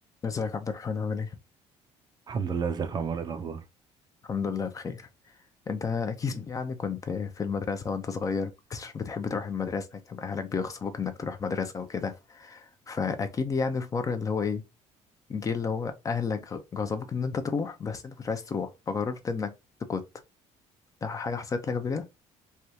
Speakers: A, on the left (about 25°); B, on the right (about 35°).
A: ازيك عبد الرحمن عامل ايه؟
B: الحمد لله ازيك يا عمر ايه الاخبار
A: الحمد لله بخير انت اكيد يعني كنت في المدرسة وانت صغير كنت بتحب تروح المدرسة كان اهلك بيغصبوك انك تروح مدرسة وكده فاكيد يعني في مرة اللي هو ايه جه اللي هو اهلك غصبوك ان انت تروح بس انت كنت عايز تروح فقررت انك تكت ده حاجة حصلت لك قبل كده؟